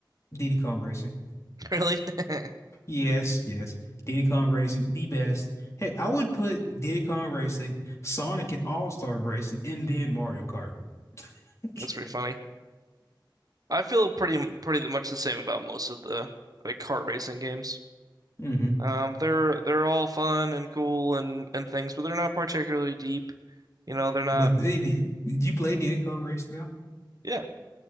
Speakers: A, on the left; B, on the right.
A: Diddy Kong Racing.
B: <laughs> really, <laughs>
A: Yes, yes, Diddy Kong Racing, the best. Heck, I would put Diddy Kong Racing, Sonic and All-Star Racing, and then Mario Kart. <laughs>
B: that's pretty funny. I feel pretty pretty much the same about most of the like kart racing games.
A: hmm
B: Um, they're they're all fun and cool and and things, but they're not particularly deep. You know, they're not.
A: But baby, did you play Diddy Kong Racing now?
B: Yeah.